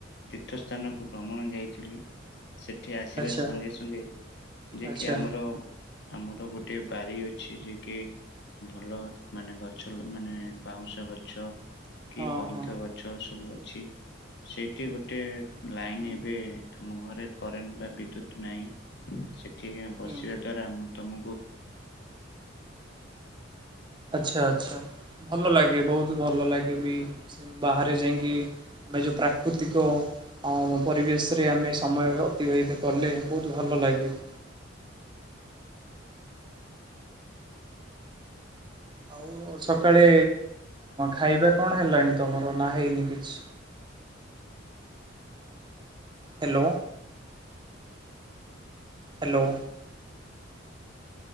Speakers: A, on the left; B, on the right.
A: ତୀର୍ଥ ସ୍ଥାନକୁ ଭ୍ରମଣ ଯାଇଥିଲି। ସେଠି ଆସିବା
B: ଆଚ୍ଛା
A: ସଙ୍ଗେ ସଙ୍ଗେ ଯେକି
B: ଆଚ୍ଛା
A: ଆମର ଆମର ଗୋଟେ ବାରି ଅଛି। ଯିଏ କି ଭଲ ମାନେ ଗଛ ମାନେ ବାଉଁଶ ଗଛ, କି
B: ହଁ
A: କଇଁଥ
B: ହଁ
A: ଗ ଛ ସବୁ ଅଛି। ସେଇଠି
B: ହୁଁ
A: ଗୋଟେ ଲାଇନ୍
B: ହୁଁ
A: ଏବେ ଆମ ଘରେ କରେଣ୍ଟ୍ ବା ବିଦ୍ୟୁତ୍‌ ନାହିଁ। ସେଠି ଆଁ ବସିବା
B: ହୁଁ
A: ଦ୍ଵାରା ମୁଁ ତମକୁ
B: ଆଚ୍ଛା, ଆଚ୍ଛା, ଭଲ ଲାଗେ। ବହୁତ ଭଲ ଲାଗେ ବି ସେ ବାହାରେ ଯାଇକି ଆମେ ଯୋଉ ପ୍ରାକୃତିକ ଅଁ, ଆମ ପରିବେଶରେ ଆମେ ସମୟ ଅତିବାହିତ କଲେ, ବହୁତ ଭଲ ଲାଗେ। ଆଉ, ସକାଳେ ଖାଇବା କଣ ହେଲାଣି ତମର ନା ହେଇନି କିଛି? ହ୍ୟାଲୋ। ହ୍ୟାଲୋ।